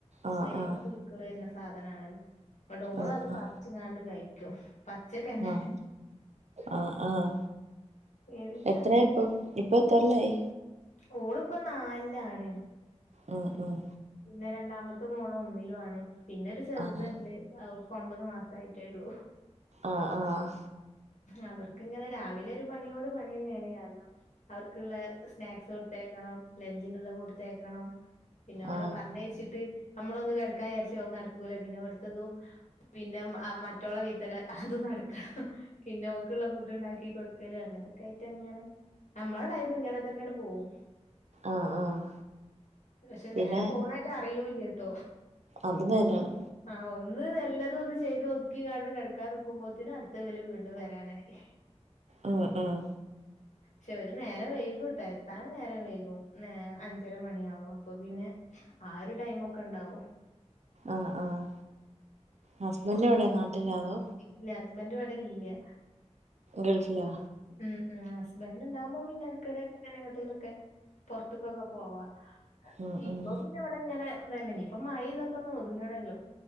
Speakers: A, on the right; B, on the left.
A: ആഹ്
B: വേഗം
A: ആഹ്
B: പുയ് ക്കള് വരുന്ന സാധനാണല്ലോ അപ്പ ഡോളത്
A: ആഹ് ആഹ്
B: പർച്ച്ങ്ങാണ്ട് കഴിക്കും പച്ചക്കന്നെ
A: ആഹ് ആഹ് ആഹ്
B: ഏ പിന്നെ
A: എത്ര ഇപ്പ ഇപ്പൊ എത്രല്ലായി
B: ഓള്പ്പൊ നാൽല്ലാണ്
A: ഉം ഉം
B: പിന്നെ രണ്ടാമത്തെ മോള് ഒന്നിലു ആണ് പിന്നെ ഒരു ചെറുത്ണ്ട്
A: ആഹ്
B: അവൾ ക്കൊമ്പത് മാസായിട്ടേള്ളൂ
A: ആഹ് ആഹ്
B: അവർക്കിങ്ങനെ രാവിലെ ഒരു മണിയോട് പണി തന്നെയാണ് കാരണം അവർക്ക്ള്ളെ സ്നാക്സ് കൊടുത്തേക്കണം ലഞ്ചിനുള്ള കൊടുത്തേക്കണം പിന്നെ ഓരെ
A: ആഹ്
B: പർഞ്ഞയച്ചിട്ട് നമ്മളൊന്ന് കെടക്കാചാരിച്ചാ അതും നടക്കൂല പിന്നെവട്ത്തതും പിന്നെ അ മറ്റോളെ വൈത്താലേ അത് നടക്കണം പിന്നെ ഓക്ക്ള്ള ഫുഡ്ണ്ടാക്കി കൊടുക്കല് അങ്ങനെയൊക്കെ ആയിട്ട് അങ്ങനെ നമ്മളെ ടൈമ് ഇങ്ങനെ തന്നെണ്ട് പോവും
A: ആഹ് ആഹ്
B: പക്ഷേ
A: പിന്നെ
B: നേരം പോണായിറ്റ് അറിയൂല്ലട്ടോ
A: അത് നേരാണ്
B: ആഹ് ഒന്ന് നല്ലത് ഒന്ന് ചെയ്ത് ഒതുക്കികാണ്ട് കെടക്കാൻ നിക്കുമ്പോത്തിന് അടുത്തത് വല് വീണ്ടും വരാനായി
A: ഉം ഉം.
B: ശെ വലും നേരം വൈകുംട്ടോ എത്താനും നേരം വൈകും ഏ അഞ്ചര മണിയാവും അപ്പൊ പിന്നെ ആ ഒരു ടൈമൊക്കെണ്ടാവും
A: ആഹ് ആഹ് ഹസ്ബന്റ് എവിടെ നാട്ടിലാതോ
B: ഇല്ല അസ്ബന്റ് വടെല്ല്യാ
A: ഗൾഫിലാ
B: ഉം ഉം ഹസ്ബന്റ്ണ്ടാവുമ്പോ പിന്നെ എട്ക്കിടക്കെങ്ങനെ എങ്ങണ്ടേലൊക്കെ പൊർത്ത്ക്കൊക്കെ പോവാ
A: ഉം
B: ഇപ്പൊ
A: ഉം
B: പിന്നെ ഇവടെങ്ങനെ ഇതന്നെ ഇഞ്ഞിപ്പോ മഴീതൊക്കെന്ന് ഒതുങ്ങണല്ലോ